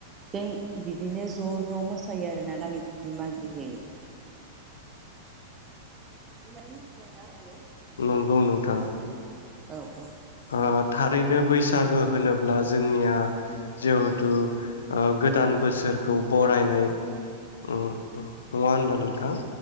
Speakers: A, on the right; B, on the left.
A: जों बिदिनो ज' ज' मोसायो आरो ना गामि बिम गि होयो मनानो
B: नंगौ नोंथां
A: औ औ।
B: ओ थारैनो बैसागो होनोब्ला जोंनिया जिहेथु ओ गोदान बोसोरखौ बरायनाय ओम नङा होनबा नोंथां?